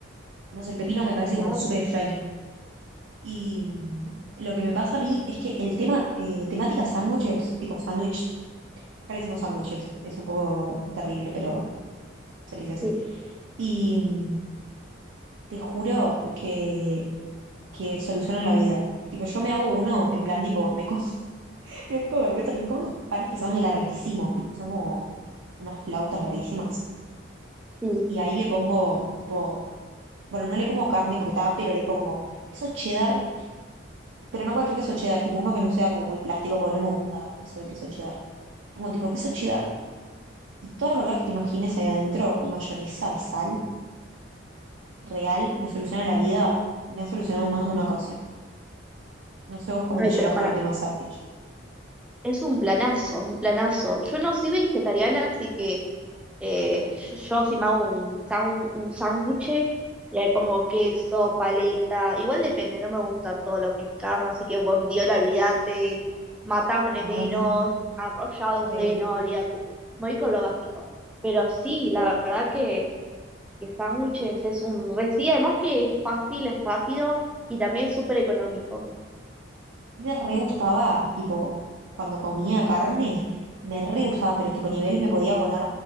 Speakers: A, on the right; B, in the centre.
A: No sé, el pepino me parece
B: claro,
A: como súper extraño. Y mm, lo que me pasa a mí es que el tema, eh, temática sándwiches, tipo sándwich, acá le decimos sándwiches, es un poco terrible, pero se le dice así.
B: sí,
A: Y mm, te juro que, que solucionan la vida. Tipo, yo me hago uno, en plan, tipo, me, co- <laughs> me da un poco de vergüenza, pero me como unos panes que son larguísimos, tipo, que son como unas flautas larguísimas.
B: sí.
A: Y ahí le pongo, tipo, bueno, no le pongo carne porque está, pero le pongo queso cheddar, pero no cualquier queso cheddar, tipo uno que no sea como muy plástico, porque no me gusta eso del queso cheddar. Le pongo tipo queso cheddar y todas las verdad que te imagines ahí adentro y mayonesa y sal real me soluciona la vida, me ha solucionado en más de una ocasión. No sé vos cómo
B: Ay,
A: te llevas
B: pero para,
A: con el tema sándwich.
B: es un planazo, un planazo. Yo no soy vegetariana, así que Eh, yo, yo si me hago un sándwich, un sándwich, le pongo queso, paleta, igual depende, no me gusta todo lo que es carne, así que bondiola, olvídate, matambre
A: Ah,
B: menos, arrollados
A: ok,
B: de,
A: ok.
B: no, olvídate. Voy con lo básico. Pero sí,
A: ok.
B: la verdad que, que sándwiches es un re, sí, además que es fácil, es rápido y también es súper económico.
A: Me re gustaba, tipo, cuando comía carne, me re gustaba, pero tipo nivel me podía poner,